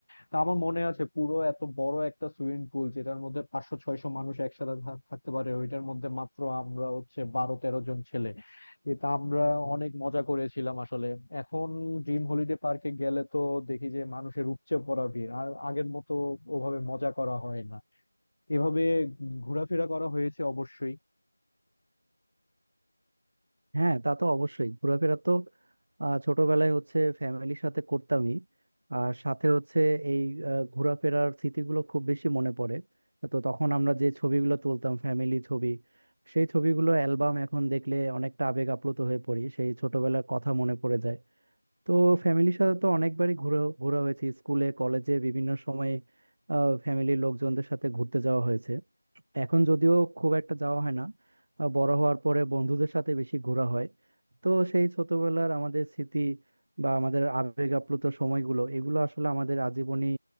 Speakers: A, on the left (about 40°); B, on the right (about 30°).
A: তা আমার মনে আছে পুরো এত বড় একটা সুইমিং পুল যেটার মধ্যে পাঁচশো ছয়শো মানুষ একসাথে থা- থাকতে পারে ওইটার মধ্যে মাত্র আমরা হচ্ছে বারো তেরো জন ছেলে এটা আমরা অনেক মজা করেছিলাম আসলে এখন ড্রিম হলিডে পার্কে গেলে তো দেখি যে মানুষের উপচে পড়া ভিড় আর আগের মতো ওভাবে মজা করা হয় না এভাবে ঘোরাফেরা করা হয়েছে অবশ্যই
B: হ্যাঁ তা তো অবশ্যই ঘোরাফেরা তো আহ, ছোটবেলায় হচ্ছে ফ্যামিলির সাথে করতামই আর সাথে হচ্ছে এই আহ, ঘোরাফেরার স্মৃতিগুলো খুব বেশি মনে পড়ে তো তখন আমরা যে ছবিগুলো তুলতাম ফ্যামিলি ছবি সেই ছবিগুলো অ্যালবাম এখন দেখলে অনেকটা আবেগ আপ্লুত হয়ে পড়ি সেই ছোটবেলার কথা মনে পড়ে যায় তো ফ্যামিলির সাথে তো অনেকবারই ঘোরা ঘোরা হয়েছে স্কুলে কলেজে বিভিন্ন সময়ে ফ্যামিলির লোকজনদের সাথে ঘুরতে যাওয়া হয়েছে এখন যদিও খুব একটা যাওয়া হয় না আহ, বড় হওয়ার পরে বন্ধুদের সাথে বেশি ঘোরা হয় তো সেই ছোটবেলার আমাদের স্মৃতি বা আমাদের আবেগ আপ্লুত সময়গুলো এগুলো আসলে আমাদের আজীবনই